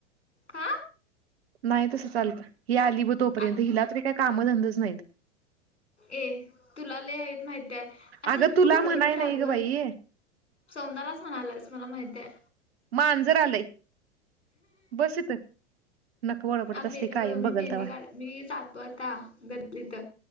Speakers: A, on the left (about 85°); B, on the right (about 65°).
A: आ
B: नाही तसं चालत ही आली ब तोपर्यंत
A: आ
B: हिला तरी काही कामधंदाच नाहीत
A: ए तुला लय हायत माहिताय असं
B: अगं तुला
A: तू बडबडत
B: म्हणाय नाही
A: राहाग
B: ग बाई
A: सौंदालाच म्हणाल्यास मला माहिताय
B: मांजर आलंय बस इथ नक वरबाडत
A: आम्ही
B: असतय कायम
A: मी
B: बघल
A: मेहंदी
B: तेव्हा
A: काढ मी जातो आता गल्लीत